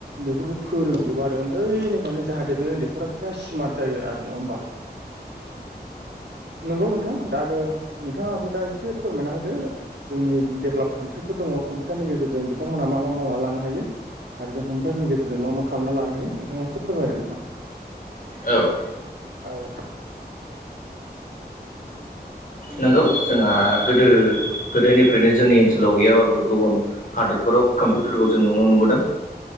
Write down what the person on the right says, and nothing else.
बेफोरखौ फोरोंजोबो आरो उन्दैनिफ्रायनो जाहाथे बे उन्दैफोरा फुरा स्मार्ट जायो आरो नङा हबा नंगौ नोंथां दा आरो नोंथाङाबो दा एसे फोरमायना होदो जोंनि डेभेलप कान्ट्रिफोर दङ कम्पिउटारनि गेजेरजों बिथांमोना मा मा मावना लानो हायो आरो जों हमजारनि गेजेरजों मा मा खालामना लानो हायो नोंथाङा एसे फोरमायदों नोंथां
औ